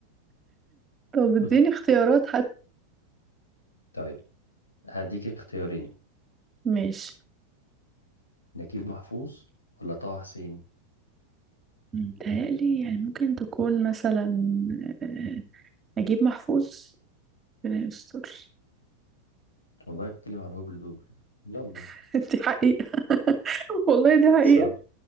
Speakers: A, on the right (about 20°); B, on the left (about 75°).
A: طب اديني
B: <laughs>
A: اختيارات
B: طيب هديك اختيارين
A: ماشي
B: نجيب محفوظ ولا طه حسين
A: متهيألي يعني ممكن تكون مثلا آه، نجيب محفوظ ربنا يستر
B: والله بتيجي مع الهبل دوبل يلا
A: <laughs> دي حقيقة <laughs> والله دي حقيقة
B: صح